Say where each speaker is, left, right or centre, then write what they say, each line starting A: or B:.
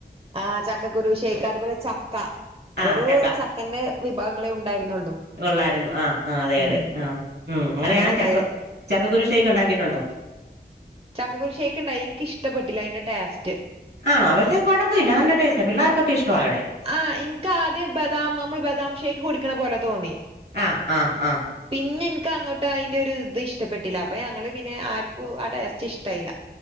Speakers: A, on the right; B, on the right.
A: ആഹ് ചക്കക്കുരു ഷേയ്ക്ക്. അതുപോലെ ചക്ക.
B: ആഹ്
A: വെറു
B: ചക്ക
A: ഒരു ച ക്കന്റെ വിഭവങ്ങളേ ഉണ്ടായിരുന്നുള്ളൂ.
B: ഉള്ളായിരുന്നു ആഹ് ആഹ് അതെ അതെ
A: ഉം
B: ആഹ് ഉം അങ്ങനെയ
A: അങ്ങനെയൊക്കെ
B: ഞൻ ചക്ക ചക്കക്കുരിശ്ശയ്ക്ക് ഉണ്ടാക്കിയിട്ടുണ്ടോ?
A: ചക്കക്കുരു ഷേക്ക് ഇണ്ടായി ഇൻക്ക് ഇഷ്ടപ്പെട്ടില്ല അതിന്റെ ടേസ്റ്റ്
B: ആണോ പക്ഷെ കുഴപ്പമില്ല നല്ല ടേസ്റ്റ പിള്ളേർക്കൊക്കെഷ്ടവാ ഇവിടെ
A: ആഹ് ഇൻക്ക് ആദ്യം ബദാം നമ്മൾ ബദാം ഷേക്ക് കുടിക്കണ പോലെ തോന്നി
B: ആഹ് ആഹ് ആഹ്
A: പിന്നെ എനിക്ക് അങ്ങോട്ട് അതിന്റെ ഒരു ഇത് ഇഷ്ടപ്പെട്ടില്ല അപ്പൊ ഞങ്ങള് പിന്നെ ആർക്കും ടേസ്റ്റ് ഇഷ്ടായില്ല